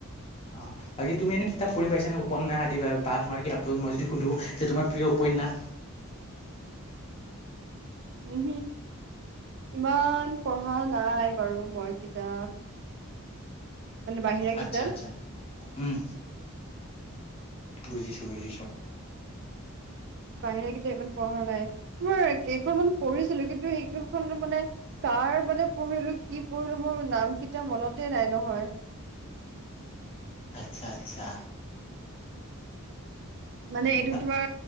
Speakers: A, on the left; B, on the right.
A: অ বাকী তুমি এনে কিতাপ পঢ়ি পাইছানে? উপন্যাস আদি বা বা তোমাৰ কিতাপটো মই যদি সোধোঁ যে তোমাৰ প্ৰিয় উপন্যাস।
B: উ ইমান পঢ়া নাই বাৰু মই কিতাপ। মানে বাহিৰা কিতাপ
A: আচ্ছা আচ্ছা উম বুজিছো বুজিছো।
B: বাহিৰা কিতাব ইমান পঢ়া নাই মই কেইখনমান পঢ়িছিলো কিন্তু সেইখন মানে! কাৰ মানে পঢ়িলো কি পঢ়িলো মোৰ নাম কেইটা মনতে নাই নহয়।
A: আচ্ছা আচ্ছা
B: মানে
A: উম
B: এইটো তোমাৰ!